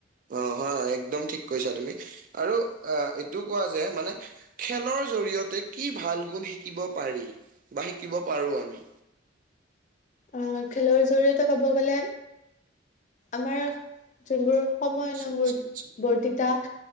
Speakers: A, on the right (about 45°); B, on the left (about 40°).
A: অ হয় একদম ঠিক কৈছা তুমি আৰু আহ এইটো কোৱা যে মানে খেলৰ জৰিয়তে কি ভাল গুণ শিকিব পাৰি বা শিকিব পাৰোঁ আমি
B: আহ খেলৰ জৰিয়তে কব গলে আমাৰ যোনবোৰ সময়
A: আচ্ছা
B: নহ
A: আচ্ছা
B: বোৰ
A: আচ্ছা
B: বৰ্তিতা
A: উম,